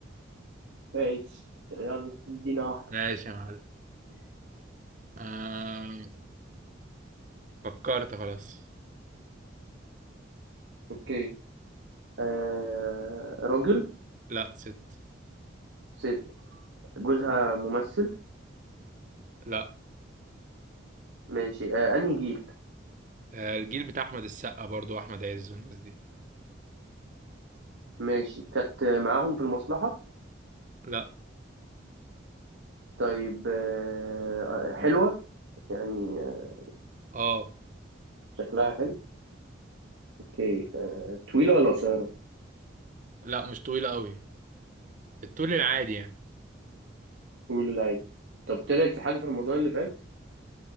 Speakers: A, on the right (about 80°); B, on the right (about 40°).
A: ماشي يلا ادينا واحدة
B: ماشي يا معلم آه فكرت خلاص
A: اوكي آه راجل
B: لا ست
A: ست جوزها ممثل
B: لا
A: ماشي آه انهي جيل
B: آه، الجيل بتاع احمد السقا برضو احمد عز والناس دي
A: ماشي كانت معاهم في المصلحة
B: لا
A: طيب آه، آه، حلوة يعني آه،
B: اه
A: شكلها حلو اوكي آه، طويلة ولا قصيرة؟
B: لا مش طويلة قوي الطول العادي يعني
A: طويلة لا عادي طب طلعت في حاجة في رمضان اللي فات